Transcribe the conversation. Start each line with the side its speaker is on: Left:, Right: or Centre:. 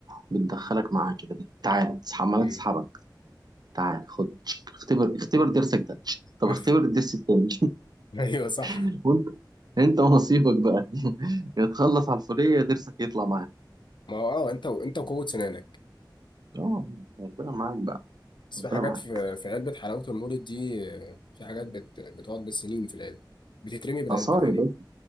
Right: بتدخلك معاها كده بتعال عمالة
Left: مم.
Right: تسحبك تعال خد تشك. اختبر اختبر درسك ده تشك. طب
Left: <laughs>
Right: اختبر الدرس التاني
Left: ايوه صح
Right: <laughs> وانت انت ونصيبك بقى <laughs> يا تخلص على الفلية يا درسك يطلع معاك
Left: ما هو اه انت و... انت وقوه سنانك
Right: اه ربنا معاك بقى
Left: بس
Right: ربنا
Left: في حاجات
Right: معاك
Left: في في علبة حلاوة المولد دي آه، في حاجات بت... بتقعد بالسنين في العلبة بتترمي بالعلبة
Right: آثار
Left: تقريبا
Right: يا باشا